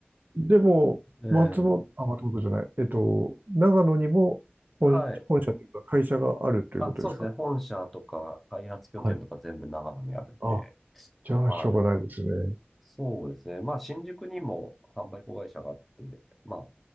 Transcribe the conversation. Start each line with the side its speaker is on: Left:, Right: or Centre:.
Right: でも、
Centre: ええ、
Right: 松本、あ、松本じゃない、えっと、長野にも本、
Centre: はい。
Right: 本社というか会社があるということですか
Centre: あ、そうですね。本社とか開発拠点とか全部長野にあるんで、
Right: はい。あ、じゃあ、
Centre: はい。
Right: しょうがないですね。
Centre: そうですね。まあ、新宿にも販売子会社があって、まあ、